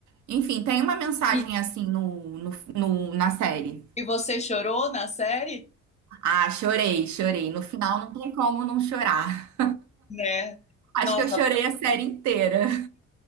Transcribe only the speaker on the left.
E,
e você chorou na série?
Né?
Nossa,